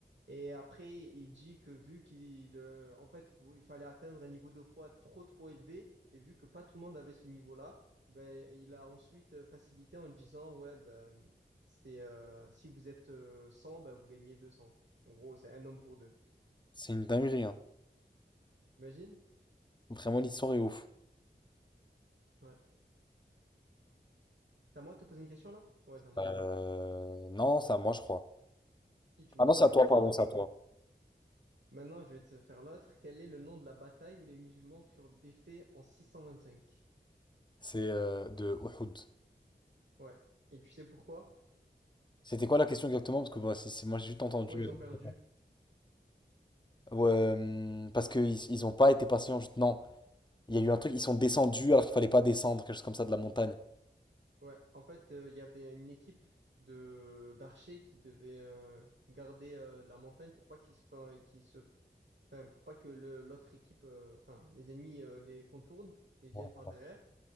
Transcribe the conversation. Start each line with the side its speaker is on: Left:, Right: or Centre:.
Right: Et après, il dit que vu qu'il, euh, en fait, faut- il fallait atteindre un niveau de foi trop, trop élevé, et vu que pas tout le monde avait ce niveau-là, ben, il a ensuite euh, facilité en disant, ouais, ben, c'était, euh, si vous êtes euh, 100, ben, vous gagnez 200. En gros, c'est un homme pour deux.
Left: C'est une dinguerie, hein.
Right: T'imagines?
Left: Vraiment, l'histoire est ouf.
Right: Ouais. C'est à moi de te poser une question là? Ouais, c'est à moi.
Left: Euh... Non, c'est à moi, je crois.
Right: Si tu
Left: Ah
Right: m'as
Left: non,
Right: posé
Left: c'est à
Right: la
Left: toi,
Right: question
Left: pardon,
Right: sur.
Left: c'est à toi.
Right: Maintenant, je vais te faire l'autre. Quel est le nom de la bataille où les musulmans furent défaits en 625?
Left: C'est euh, de Uhud.
Right: Ouais. Et tu sais pourquoi?
Left: C'était quoi la question exactement? Parce que bah, si- si- moi, j'ai juste entendu.
Right: Pourquoi ils
Left: euh,
Right: ont perdu?
Left: ouais, euh, parce qu'ils ils ont pas été patients. juste- Non, il y a eu un truc, ils sont descendus alors qu'il fallait pas descendre, quelque chose comme ça, de la montagne.
Right: Ouais. En fait, euh, il y avait une équipe de d'archers qui devait euh, garder euh, la montagne pour pas qu'ils se, enfin, qu'ils se, enfin, pour pas que le- l'autre équipe, euh, enfin, les ennemis euh, les contournent et viennent
Left: Ouais.
Right: par derrière.